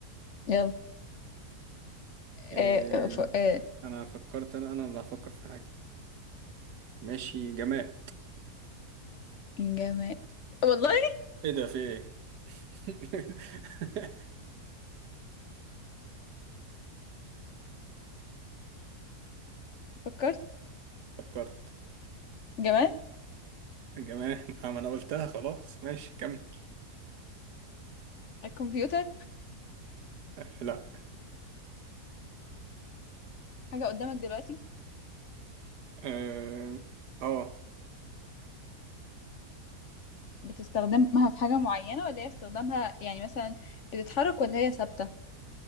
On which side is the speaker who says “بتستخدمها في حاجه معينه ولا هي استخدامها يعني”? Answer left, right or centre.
Left